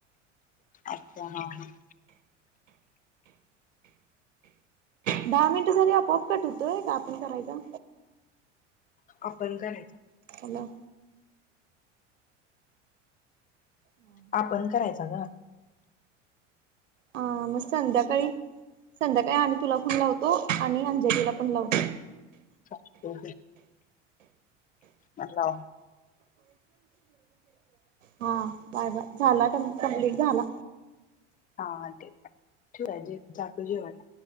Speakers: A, on the left (about 20°); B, on the right (about 75°).
A: अच्छा ह ह
B: दहा मिनिट सा आपआप कट होतोय का आपण करायचा
A: आपण का नाहीेत
B: हला हम
A: आपण करायचा ग
B: ह मग संध्याकाळी संध्याकाळी आणि तुला पण लावतो आणि अंजलीला पण लावतो
A: हो हला
B: हा बाय बाय झाला कंप्लीट झाला
A: हा तेू आहे जे ातू जेवाट